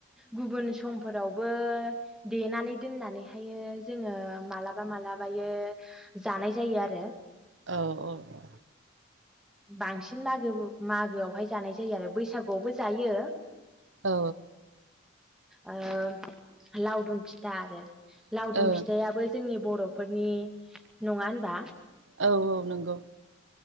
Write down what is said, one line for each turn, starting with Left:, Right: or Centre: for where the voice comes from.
Centre: गुबुन समफोरावबो देनानै दोननानैहायो जोंङो मालाबा मालाबायो जानाय जायो आरो
Right: औ औ औ
Centre: बांसिन मागो मागोआवहाय जानाय जायो आरो बैसागुआवबो जायो
Right: औ
Centre: ओ लाावदुम फि दा आरो लावदुम
Right: ओ
Centre: फिथायाबो जोंनि बरफोरनि नङा होनबा
Right: औ औ नोंगौ